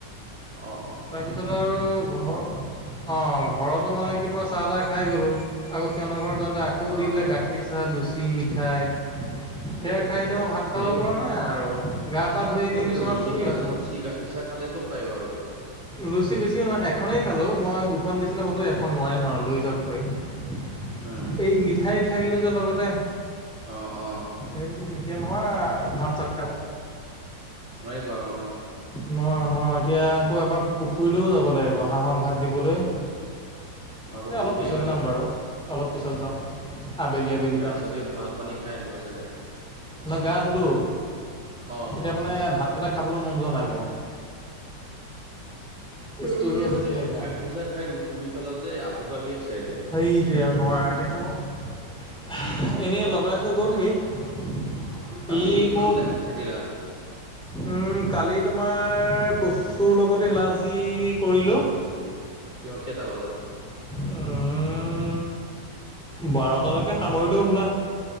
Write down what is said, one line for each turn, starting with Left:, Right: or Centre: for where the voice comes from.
Right: অহ', অহ'।
Centre: তাৰপিছত আৰু ঘ' অহ, ঘৰতো মানে কিবা চাহ-তাহ খায়
Right: উম
Centre: গ'লোঁ। আকৌ সিহঁতৰ ঘৰত যাওঁতে আকৌ দিলে
Right: অ
Centre: গাখীৰ, চাহ, লুচি, মিঠাই। সেয়া
Right: এই
Centre: খায় এতিয়া মই ভাত খাব
Right: ধেৰ
Centre: পৰা নাই আৰু গা পা ধুই এনেই
Right: অ এতিয়া
Centre: বিচনাত
Right: লুচি
Centre: পৰি
Right: খা
Centre: আছোঁ।
Right: লুচি গাখীৰ চাহ খালে ক'ত পাৰিব আৰু এতিয়া।
Centre: লুচি বেছি নহয় এখনেই খালোঁ। মই দুখন দিছিলে বোলো এখন নোৱাৰিম আৰু লৈ যাওঁক খুৰী।
Right: উম
Centre: এই মিঠাই খায় দিলোঁ যে লগতে।
Right: অ অ
Centre: এই এতিয়া নোৱাৰা আৰু ভাত-চাত খাব।
Right: নোৱাৰিব আৰু অহ।
Centre: নোৱাৰোঁ, নোৱাৰোঁ। এতিয়া আকৌ এবাৰ পুখুৰীলৈও যাব লাগিব হাঁহক ভাত দিবলৈ।
Right: আকৌ
Centre: এই
Right: পুখুৰী
Centre: অলপ পিছত
Right: আহিবা
Centre: যাম
Right: নেকি
Centre: বাৰু, অলপ পিছত যাম। আবেলি আবেলি
Right: গা চা ধুই ভাত পানী খায় আহিব চাগে আৰু।
Centre: না গা ধুলোঁ
Right: অ
Centre: এতিয়া মানে ভাতকেইটা খাবলৈ মন যোৱা নাই মোৰ।
Right: <unintelligible>
Centre: কেচটো হৈ আছে তেনেকুৱা।
Right: গাখীৰ চাহ খায় পুৰি খালা যে আভুক লাগি আছে এতিয়া।
Centre: সেইটোৱে আৰু নোৱাৰা এতিয়া খাব।
Right: উম
Centre: এনেই লগাই থৈ গ'লহি। ই
Right: কালি কিমান
Centre: মোক
Right: টাইম থাকিলা
Centre: উম, কালি তোমাৰ কচুৰ লগতে লাজ যি কৰিলোঁ।
Right: কিয় কেইটা বজা?
Centre: উম' বাৰটালৈকে সামৰিলোঁ হ'বলা।